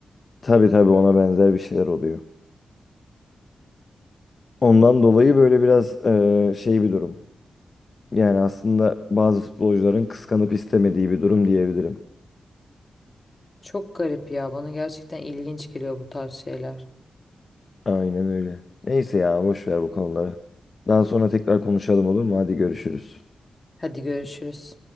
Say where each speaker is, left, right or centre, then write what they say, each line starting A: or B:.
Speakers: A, on the left; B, on the left.
A: Tabii tabii ona benzer bir şeyler oluyor. Ondan dolayı böyle biraz ee, şey bir durum. Yani aslında bazı futbolcuların kıskanıp istemediği bir durum diyebilirim.
B: Çok garip ya. Bana gerçekten ilginç geliyor bu tarz şeyler.
A: Aynen öyle. Neyse ya boş ver bu konuları. Daha sonra tekrar konuşalım olur mu? Hadi görüşürüz.
B: Hadi görüşürüz.